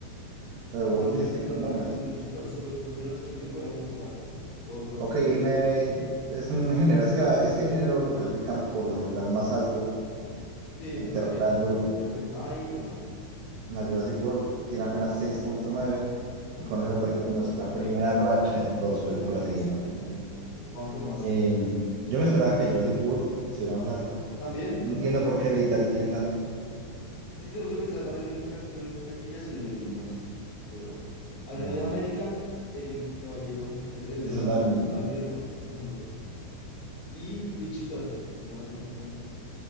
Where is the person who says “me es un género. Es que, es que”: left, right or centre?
Right